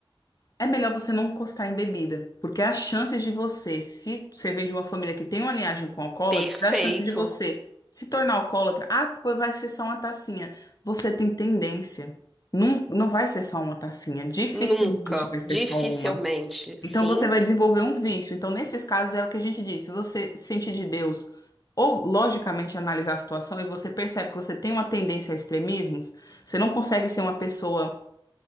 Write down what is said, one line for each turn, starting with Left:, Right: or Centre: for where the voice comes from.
Left: é melhor você não encostar em bebida, porque as chances de você, se você vem de uma família que tem uma linhagem com alcoólatra,
Centre: Perfeito.
Left: a chance de você se tornar alcoólatra, ah, pô, vai ser só uma tacinha. Você tem tendência. Não, não vai ser só uma tacinha, dificilmente
Centre: Nunca,
Left: vai ser
Centre: dificilmente,
Left: só uma.
Centre: sim.
Left: Então você vai desenvolver um vício. Então, nesses casos, é o que a gente diz. Se você sente de Deus ou logicamente analisar a situação e você percebe que você tem uma tendência a extremismos, você não consegue ser uma pessoa